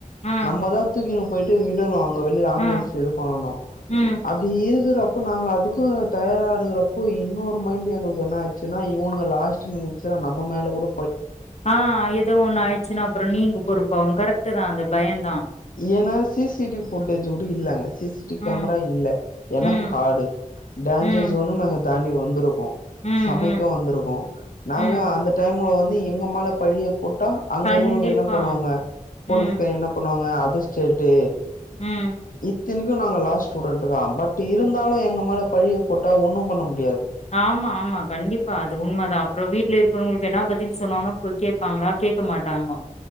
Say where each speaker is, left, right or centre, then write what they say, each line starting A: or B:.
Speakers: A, on the left (about 55°); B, on the left (about 90°).
A: ஆ
B: நம்மதா தூக்கினு போயி ட்டு விடணு அங்க வெளில ஆம்புலன்ஸ்
A: ஆ
B: இது பண்ணணு
A: ம்
B: அப்டி இருக்கற அப்போ நாங்க அதுக்கு தயாரா இருக்குறப்போ இன்னொரு மைண்ட் எங்களுக்கு என்ன ஆச்சுனா இவனுக லாஸ்ட் மினிட் ஸுல நம்ம மேல கூட
A: ஆ எதோ ஒண்ணு ஆயிட்ச்சுன்னா அப்புறோ நீங்க பொறுப்பாவீங்க கரெக்ட் டுதா அந்த பயம்தா
B: ஏன்னா C C T V footage கூட இல்ல அங்க சி சி டி வி
A: ம்
B: கேமரா இல்ல ஏன்னா
A: ம்
B: காடு டேஞ்ஜர்
A: ம்
B: ஜோனு நாங்க தாண்டி வந்துரு க்கோ
A: ம்
B: சமைக்க
A: ம்
B: வந்திருக்கோ நாங்க
A: ம்
B: அந்த டைம்ல வந் து எங்க மேல பழிய போட்டா அங்க
A: கண்டிப்பா
B: இருக்குறவங்க என்ன பண்ணுவாங்க போலீஸ்க்கு
A: ம்
B: என்ன பண்ணுவா ங்க அதர் ஸ்டேட்டு்
A: ம்
B: த்தினிக்கு நாங்க லா ஸ்டூடெண்ட்டுதா பட் இருந்தாலு எங்க மேல பழிய போட்டா ஒன்னும் பண்ண முடி
A: ஆமா ஆமா கண்டிப்பா அது உண்மைதா அப்றோ வீட்ல இரு க்குறவங்களுக்கு என்னா பதில் சொன்னாலு இப்ப கேப்பாங்களா கேக்க மாட்டோங்க